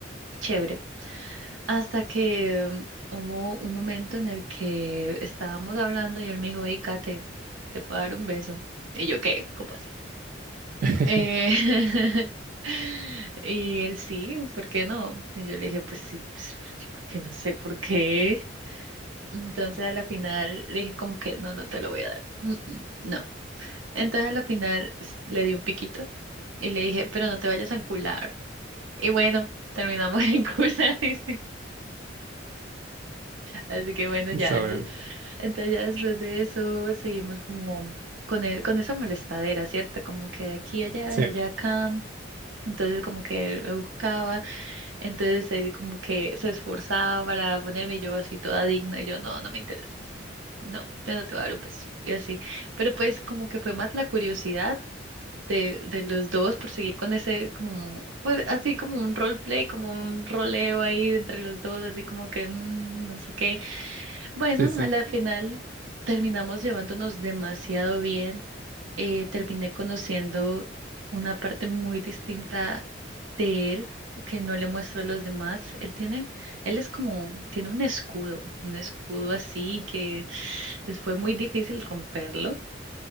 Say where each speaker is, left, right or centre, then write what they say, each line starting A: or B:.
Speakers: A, on the right (about 80°); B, on the right (about 45°).
A: Chévere. Hasta que mm, hubo un momento en el que estábamos hablando y él me dijo, hey, Kate, ¿te puedo dar un beso? Y yo, ¿qué? ¿Cómo así?
B: <laughs>
A: Eh, <laughs> y él sí, ¿por qué no? Y yo le dije, pues sí, pues, pues sí, porque no sé por qué. Entonces a la final le dije como que no, no te lo voy a dar. Mm, mm, no. Entonces a la final s- le di un piquito y le dije, pero no te vayas a encular. Y bueno, terminamos <laughs> en cular y Así que bueno,
B: eso,
A: ya, entonces,
B: eh,
A: entonces ya después de eso seguimos como con, e- con esa molestadera, ¿cierto? Como que de aquí a allá,
B: sí,
A: de allá a acá. Entonces como que él me buscaba, entonces él como que se esforzaba para ponerme y yo así toda digna y yo no, no me interesas. No, yo no te voy a dar un beso y así. Pero pues como que fue más la curiosidad de, de los dos por seguir con ese como, pues así como un roleplay, como un roleo ahí entre los dos, así como que mm, no sé qué. Bueno,
B: sí, sí,
A: a la final terminamos llevándonos demasiado bien. Eh, terminé conociendo una parte muy distinta de él que no le muestro a los demás. Él tiene, él es como, tiene un escudo, un escudo así que es- fue muy difícil romperlo.